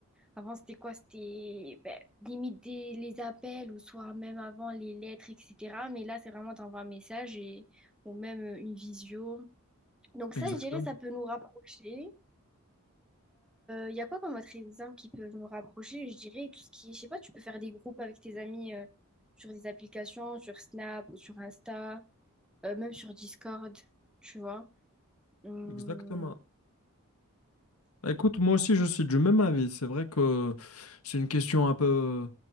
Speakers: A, in the centre; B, on the left (about 85°).
A: Avant, c'était quoi? C'était ben, limite des- les appels ou soit même avant les lettres, etc. Mais là, c'est vraiment t'envoies un message et ou même euh, une visio. Donc,
B: Exactement.
A: ça, je dirais, ça peut nous rapprocher. Il y a quoi comme autre exemple qui peuvent nous rapprocher? Je dirais tout ce qui, je sais pas, tu peux faire des groupes avec tes amis euh, sur des applications, sur Snap ou sur Insta, euh, même sur Discord, tu vois. Hum,
B: Exactement. Bah, Écoute, moi aussi je suis du même avis. C'est vrai que c'est une question un peu,